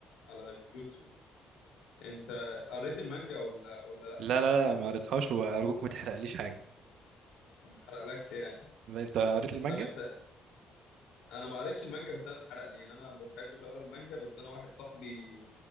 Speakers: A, on the left; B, on the right.
A: على جوجوتسو انت قريت المانجا ولا ولا لا
B: لا لا لا ما قريتهاش وارجوك ما تحرقليش حاجة
A: ما حرقلكش يعني
B: انت قريت المانجا
A: طب انت انا ما قريتش المانجا بس انا اتحرق لي يعني انا ما بحبش اقرا المانجا بس انا واحد صاحبي